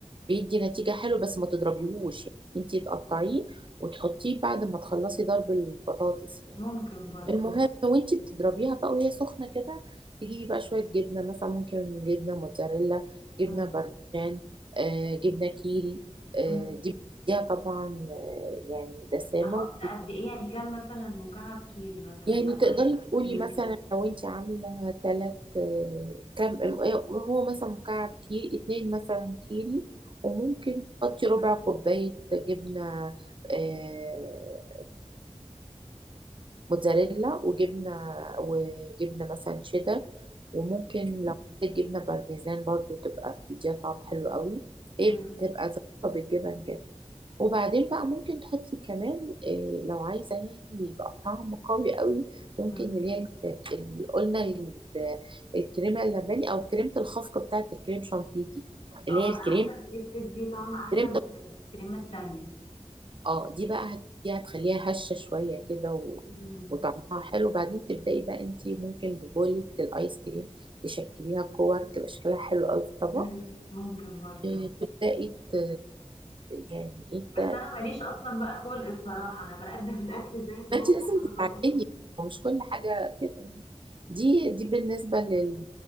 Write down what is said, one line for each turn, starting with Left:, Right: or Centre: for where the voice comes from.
Right: بيدي نتيجة حلوة بس ما تضربيهوش
Left: ممكن
Right: يعني انتي تقطعيه وتحطيه بعد ما تخلصي ضرب البطاطس يعني
Left: ممكن برضو
Right: المهم وانتي بتضربيها بقى وهي سخنة كده تجيبي بقى شوية جبنة مثلا ممكن جبنة موتزاريلا جبنة
Left: امم
Right: بارميجان آه جبنة كيري آه
Left: امم
Right: دي بتديها طبعا آه يعني دسامة
Left: احط
Right: وبت...
Left: قد ايه يعني كام مثلا مكعب كيري مثلا
Right: يعني
Left: أصل احنا
Right: تقدري
Left: بنحب
Right: تقولي
Left: الكيري
Right: مثلا لو انتي عاملة تلات آه كم آه، هو مثلا مكعب كيري اتنين مثلا كيري وممكن تحطي ربع كوباية جبنة آه موتزاريلا وجبنة وجبنة مثلا شيدر وممكن لو حطيت جبنة بارميزان برضو تبقى بتديها طعم حلو قوي هي
Left: امم
Right: بتبقى ظابطة بالجبن كده وبعدين بقى ممكن تحطي كمان إيه لو عايزة يعني يبقى الطعم قوي قوي ممكن
Left: مم.
Right: اللي هي ال- اللي قلنا ال- الكريمة اللباني أو كريمة الخفق بتاعة الكريم شانتيه دي
Left: اه
Right: اللي
Left: انا
Right: هي الكريمة
Left: عارفه ان دي بتدي طعم احسن
Right: كريمه
Left: من الكريمه التانية
Right: اه دي بقى هت- دي هتخليها هشة شوية كده و...
Left: مم.
Right: وطعمها حلو بعدين تبدأي بقى انتي ممكن ببولة الايس كريم تشكليها كور تبقى شكلها حلو قوي في الطبق
Left: مم. ممكن برضو
Right: آه، تبدأي ت... يعني ايه
Left: بس
Right: ت-
Left: انا ماليش اصلا بقى خلق بصراحه انا بقدم <laughs> الاكل زي ما
Right: ما
Left: هو
Right: انتي لازم
Left: خلاص
Right: تتعلمي ومش كل حاجة كده يعني دي دي بالنسبة لل...